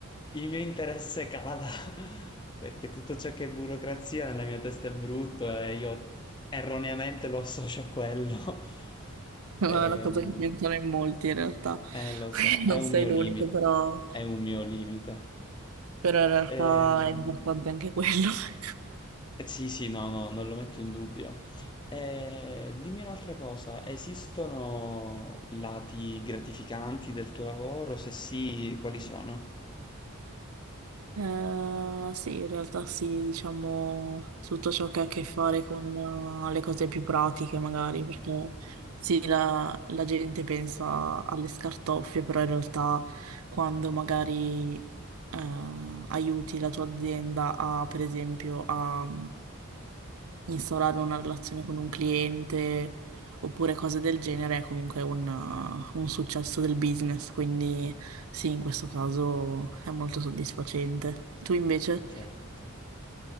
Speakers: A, on the left; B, on the right.
A: Il mio interesse cala <laughs> perché tutto ciò che è burocrazia nella mia testa è brutto e io erroneamente lo associo a quello. <laughs>
B: è
A: Ehm,
B: una cosa che pensano in molti in realtà,
A: eh,
B: <laughs>
A: lo
B: quindi
A: so, è
B: non
A: un
B: sei
A: mio
B: l'unico,
A: limite,
B: però,
A: è un mio limite.
B: però in realtà
A: Ehm,
B: è importante anche quello. <laughs>
A: eh, sì, sì, no, no, non lo metto in dubbio. Eh, dimmi un'altra cosa, esistono lati gratificanti del tuo lavoro? Se sì, quali sono?
B: Eh, sì, in realtà sì, diciamo tutto ciò che ha a che fare con eh, le cose più pratiche magari, perché sì, la, la gente pensa alle scartoffie, però in realtà quando magari eh, aiuti la tua azienda a, per esempio, a, instaurare una relazione con un cliente oppure cose del genere è comunque una- un successo del business, quindi sì, in questo caso è molto soddisfacente. Tu invece?
A: Certo.